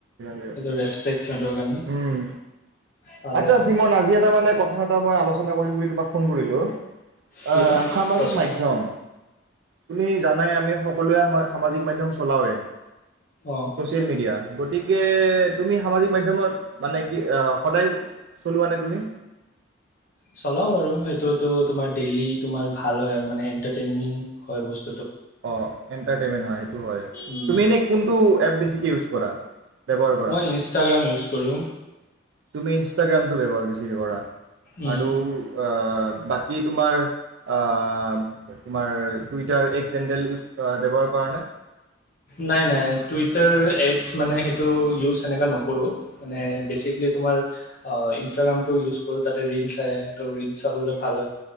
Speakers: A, on the right; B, on the left.
A: যি হওক
B: এইটো ৰেছপেক্ট সিহঁতৰ কাৰণে
A: উম
B: পাৰে
A: আচ্ছা
B: আৰু
A: চিমন আজি এটা মানে কথা এটা মই আলোচনা। কৰিম বুলি তোমাক ফোন কৰিলোঁ
B: কি
A: অ
B: কোৱা
A: সামাজিক
B: কোৱাচোন
A: মাধ্যম তুমি জানাই আমি সকলোৱে সামাজিক মাধ্যম চলাওৱে
B: অ
A: ছ'চিয়েল মিডিয়া গতিকে তুমি সামাজিক মাধ্যমত মানে কি সদায়। চলোৱা নে তুমি চলোৱা নে?
B: চলাও বাৰু সেইটোতো তোমাৰ ডেইলি তোমাৰ ভালৰ মানে এন্টাৰটেইনিং হয় বস্তু
A: হয় এন্টাৰটেইনমেন্ট হয় সেইটো হয়
B: উম
A: তুমি এনেই কোনটো এপ বেছিকৈ ইউজ কৰা ব্যৱহাৰ কৰা
B: মই ইনষ্টাগ্ৰাম ইউজ কৰোঁ
A: তুমি ইনষ্টাগ্ৰামটো ব্যৱহাৰ বেছিকে কৰা
B: উম
A: আৰু আ বাকী তোমাৰ তোমাৰ টুইটাৰ এক জেণ্ডেল ইউজ ব্যৱহাৰ কৰা নে
B: নাই নাই টুইটাৰ এছ মানে সেইটো ইউজ সেনেকৈ নকৰোঁ মানে বেচিকেলি তোমাৰ ইনষ্টাগ্ৰামটো ইউজ কৰোঁ তাতে ৰিলচ আহে ত' ৰিলচ চাবলৈ ভাল হয়